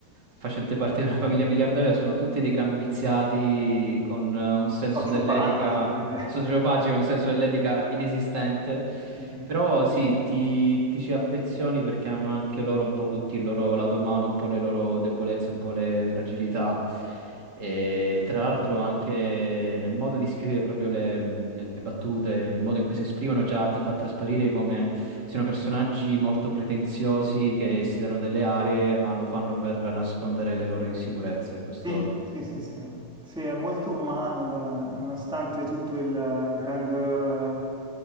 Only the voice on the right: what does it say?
facente parte di una famiglia miliardaria, sono tutti dei gran viziati con eh, un senso
dell'etica.
sociopatico, un senso dell'etica inesistente.
Però sì, ti, ti ci affezioni perché hanno anche loro un po' tutti il loro lato umano, un po' le loro debolezze, un po' le fragilità. E tra l'altro anche nel modo di scrivere proprio le, le battute, il modo in cui si esprimono già ti fa trasparire come siano personaggi molto pretenziosi che si danno delle arie, ma lo fanno per nascondere le loro insicurezze. Questo...